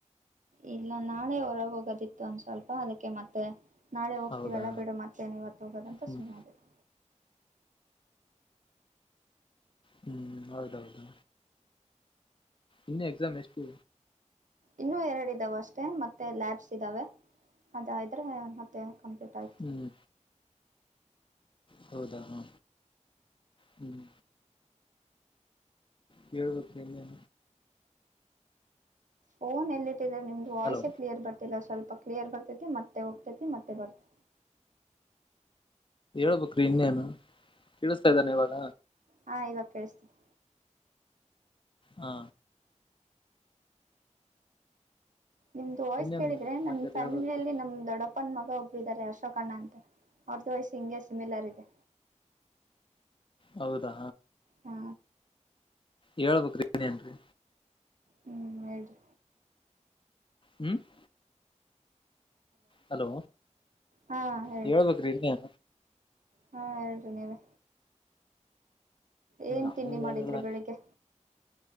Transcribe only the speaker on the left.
ಹೌದಾ
ಹ್ಮ್
ಹ್ಮ್ ಹೌದೌದು ಇನ್ನ ಎಕ್ಸಾಮ್ ಎಷ್ಟು
ಹ್ಮ್ ಹೌದಾ ಹಾ ಹ್ಮ್ ಕೇಳ್ಬೇಕ ನ
ಹಲೋ
ಹೇಳ ಬುಕ್ರೀ ಇನ್ನೇನು ಕೇಳಿಸ್ತಾ ಇದ್ದಾನೆ ಇವಾಗ
ಹಾ
ಇನ್ನೇನ್
ಮತ್ತೆ ಸಮಾಚಾರ
ಹೇಳ್ಬೇಕು
ಹೌದಾ
ಹೇಳಬೇಕ್ರಿ ಇನ್ನೇನ್ರೀ
ಹ್ಮ್ <unintelligible> ಹಲೋ
ಹೇಳ್ಬೇಕ್ರಿ ಇನು
ನಮ್ದೇನಿಲ್ಲ